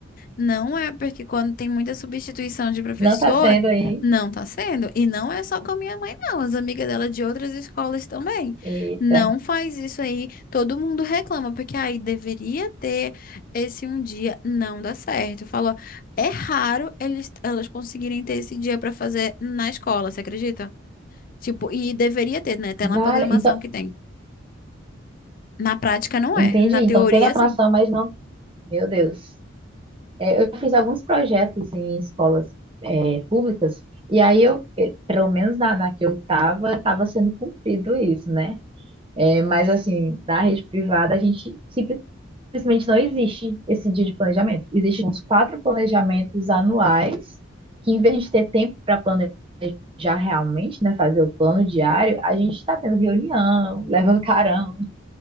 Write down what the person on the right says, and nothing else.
Não está sendo aí.
Eita,
vale.
Então,
entendi.
Então
tem na programação,
mas não. Meu Deus. É, eu fiz alguns projetos em escolas, é, públicas, e aí eu, eh, pelo menos na, na que eu estava, estava sendo cumprido isso, né? É, mas assim, da rede privada, a gente simplesmente não existe esse dia de planejamento. Existem uns quatro planejamentos anuais, que em vez de ter tempo para planejar realmente, né, fazer o plano diário, a gente está tendo reunião, levando carão